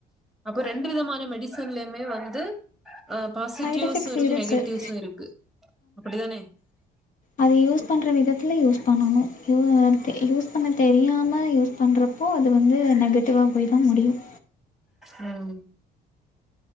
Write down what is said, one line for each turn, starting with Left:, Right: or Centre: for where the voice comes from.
Centre: அப்ப ரண்டு விதமான மெடிசன்லயுமே வந்து ஆ பாசிட்டிவ்ஸ்ஸு
Left: சைட் எஃபெக்ட்ஸ்
Centre: இருக்கு
Left: இருக்குது
Centre: நெகட்டிவுஸ்ஸு இருக்கு அப்டி தானே
Left: அத யூஸ் பண்ற விதத்துல யூஸ் பண்ணனும் யூ நர்க்கே யூஸ் பண்ண தெரியாம யூஸ் பண்ற அப்போ அது வந்து நெகட்டிவா போயி தா முடியும்
Centre: ம்